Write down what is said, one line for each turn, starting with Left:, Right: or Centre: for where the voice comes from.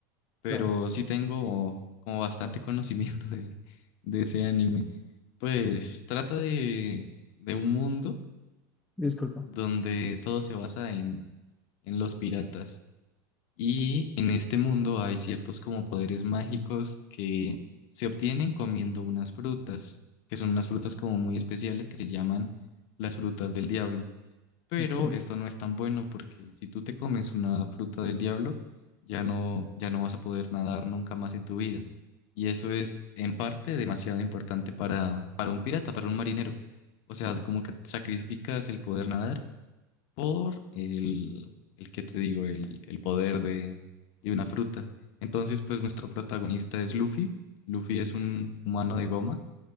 Left: pero
Centre: Claro,
Left: sí tengo como bastante <laughs> conocimiento de, de ese anime. Pues trata de, de un mundo
Centre: disculpa.
Left: donde todo se basa en, en los piratas. Y en este mundo hay ciertos como poderes mágicos que se obtienen comiendo unas frutas, que son unas frutas como muy especiales que se llaman las frutas del diablo. Pero
Centre: Ok.
Left: esto no es tan bueno porque si tú te comes una fruta del diablo, ya no, ya no vas a poder nadar nunca más en tu vida. Y eso es en parte demasiado importante para, para un pirata, para un marinero. O sea, como que sacrificas el poder nadar por el, el que te digo, el, el poder de, de una fruta. Entonces, pues nuestro protagonista es Luffy. Luffy es un humano de goma.